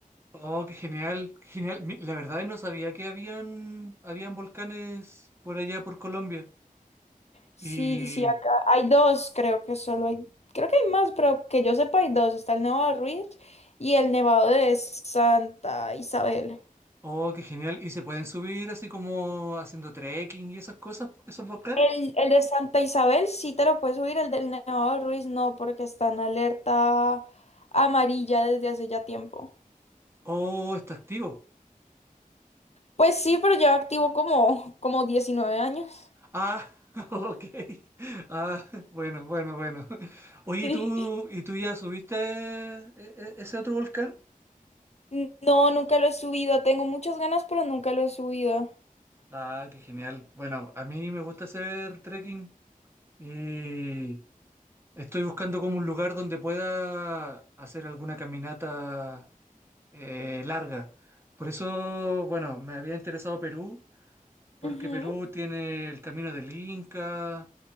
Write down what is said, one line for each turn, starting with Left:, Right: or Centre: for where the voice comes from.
Right: Oh, qué genial, qué genial. Mi- La verdad no sabía que habían, habían volcanes por allá por Colombia.
Left: Sí,
Right: y
Left: sí, acá hay dos, creo que solo hay, creo que hay más, pero que yo sepa hay dos. Está el Nevado de Ruiz y el Nevado de Santa Isabel.
Right: Oh, qué genial. ¿Y se pueden subir así como haciendo trekking y esas cosas, esos volcanes?
Left: El, el de Santa Isabel sí te lo puedes subir, el del Nevado de Ruiz no, porque está en alerta amarilla desde hace ya tiempo.
Right: Oh, está activo.
Left: Pues sí, pero lleva activo como, como 19 años.
Right: Ah, <laughs> ok. Ah, bueno, bueno, bueno. Oye,
Left: Sí.
Right: ¿y tú, y tú ya subiste eh, eh, ese otro volcán?
Left: N- No, nunca lo he subido. Tengo muchas ganas, pero nunca lo he subido.
Right: Ah, qué genial. Bueno, a mí me gusta hacer trekking y estoy buscando como un lugar donde pueda hacer alguna caminata eh, larga. Por eso, bueno, me había interesado Perú Porque
Left: Ujú.
Right: Perú tiene el Camino del Inca,